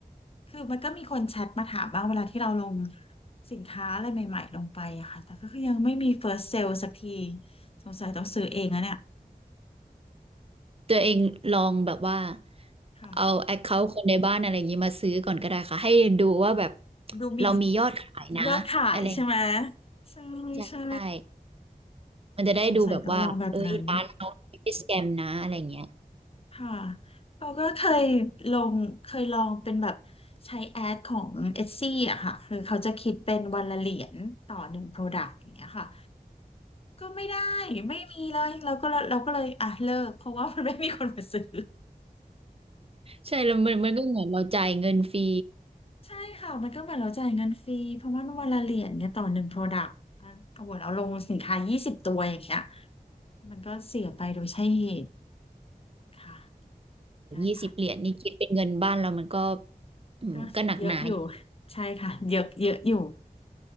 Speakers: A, on the left; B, on the right.
A: คือมันก็มีคนแชทมาถามบ้างเวลาที่เราลงสินค้าอะไรใหม่ๆลงไปอะค่ะแต่ก็คือยังไม่มี first sale สักทีสงสัยต้องซื้อเองนะเนี่ย
B: ตัวเองลองแบบว่า
A: ค่ะ
B: เอาแอคเคาท์คนในบ้านอะไรอย่างนี้มาซื้อก่อนก็ได้ค่ะให้ดูว่าแบบ
A: ดูมี
B: เรามียอดขายนะอะไรอย่างเงี้ย
A: ยอดขายใช่ไหมใช่ใช่
B: ใช่ใช่มันจะได้ดูแบบว่าเอ้ยร้านเราไม่ได้สแกมนะอะไรอย่างเงี้ย
A: สงสัยต้องลองแบบนั้น ค่ะเขาก็เคยลงเคยลองเป็นแบบใช้แอดของเอซี่อะค่ะคือเขาจะคิดเป็นวันละเหรียญต่อหนึ่งโปรดักต์อย่างเงี้ยค่ะก็ไม่ได้ไม่มีเลยเราก็เราก็เลยอ่ะเลิกเพราะว่ามันไม่มีคนมาซื้อ
B: ใช่แล้วมันมันก็เหมือนเราจ่ายเงินฟรี
A: ใช่ค่ะมันก็เหมือนเราจ่ายเงินฟรีเพราะว่าวันละเหรียญเนี่ยต่อหนึ่งโปรดักต์อ่ะโอ้โหเราลงสินค้ายี่สิบตัวอย่างเงี้ยมันก็เสียไปโดยใช่เหตุค่ะได้ค่ะ
B: ยี่สิบเหรียญนี่คิดเป็นเงินบ้านเรามันก็อืมก็หนักหนาอยู่
A: ก็เยอะอยู่ใช่ค่ะเยอะเยอะอยู่